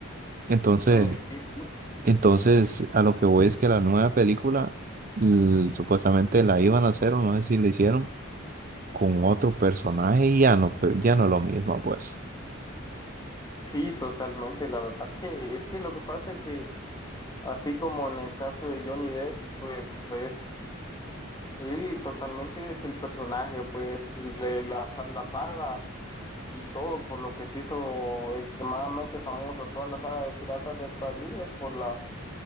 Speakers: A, on the right (about 40°); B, on the left (about 20°).
A: Entonces,
B: Eh, sí, sí,
A: entonces, a lo que voy es que la nueva película l- supuestamente la iban a hacer, o no sé si la hicieron, con otro personaje y ya no, pe- ya no es lo mismo, pues.
B: sí, totalmente. La verdad que es que lo que pasa es que, así como en el caso de Johnny Depp, pues es, él totalmente es el personaje, pues le- la, la saga y todo por lo que se hizo extremadamente famosa toda la saga de Piratas del Caribe es por la